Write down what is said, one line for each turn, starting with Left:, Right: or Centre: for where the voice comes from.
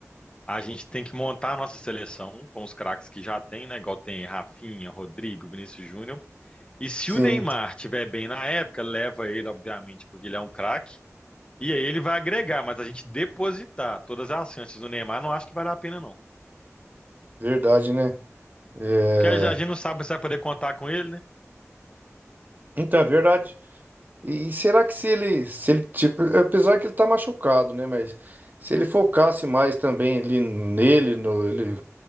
Left: a gente tem que montar a nossa seleção com os craques que já tem, né? Igual tem Rafinha, Rodrigo, Vinícius Júnior. E se
Right: Sim,
Left: o Neymar tiver bem na época, leva ele, obviamente, porque ele é um craque. E aí ele vai agregar, mas a gente depositar todas as chances do Neymar, não acho que vale a pena, não.
Right: verdade, né? É,
Left: Porque a gente não sabe se vai poder contar com ele, né?
Right: Então, é verdade. E será que se ele, se ele, tipo, apesar que ele tá machucado, né? Mas se ele focasse mais também ali nele, no, ele